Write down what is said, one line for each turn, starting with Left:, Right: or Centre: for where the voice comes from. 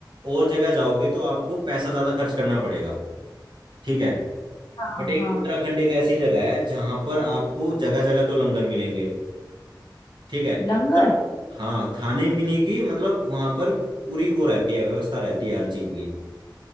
Right: और जगह जाओगे तो आपको पैसा ज्यादा खर्च करना पड़ेगा ठीक है
Left: हाँ
Right: बट एक
Left: हाँ
Right: उत्तराखंड एक ऐसी जगह है जहां पर आपको जगह जगह तो लंगर मिलेंगे ठीक है
Left: लंगर
Right: उत्तर हाँ खाने पीने की मतलब वहां पर पूरी वो रहती है व्यवस्था रहती है हर चीज की